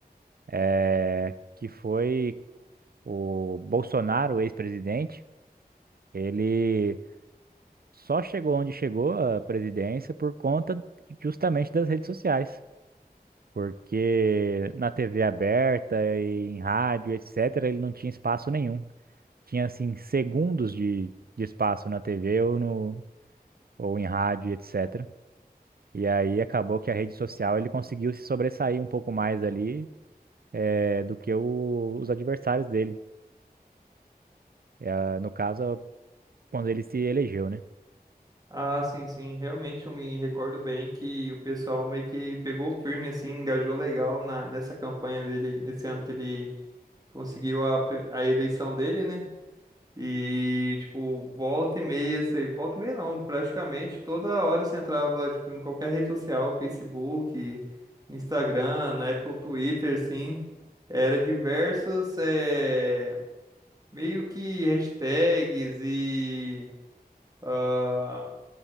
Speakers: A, on the right (about 65°); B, on the right (about 25°).
A: é, que foi o Bolsonaro, o ex-presidente, ele só chegou onde chegou à presidência por conta justamente das redes sociais, porque na TV aberta, e em rádio, etc., ele não tinha espaço nenhum. Tinha, assim, segundos de, de espaço na TV ou, no, ou em rádio, etc., e aí acabou que a rede social ele conseguiu se sobressair um pouco mais ali eh, do que o- os adversários dele. Eh, no caso, quando ele se elegeu, né?
B: Ah, sim, sim. Realmente eu me recordo bem que o pessoal meio que pegou firme, assim, engajou legal na, nessa campanha dele, nesse ano que ele conseguiu a, pri- a eleição dele, né? E, tipo, volta e meia, você, volta e meia não, praticamente toda hora você entrava, tipo, em qualquer rede social, Facebook, Instagram, na época o Twitter, assim, era diversos, eh, meio que hashtags e... ah,